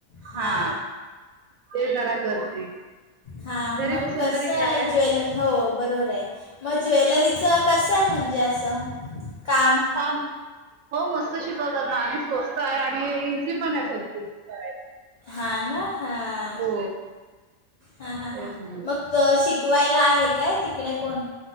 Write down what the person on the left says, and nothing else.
हां
हा
मग
कस
आहे
ज्वेलर हो बरोबर आहे मग ज्वेलरीचं कसं आहे म्हणजे असं काम
हां ना हां
हां हां
हां
मग शिकवायला आहे काय तिकडे कोण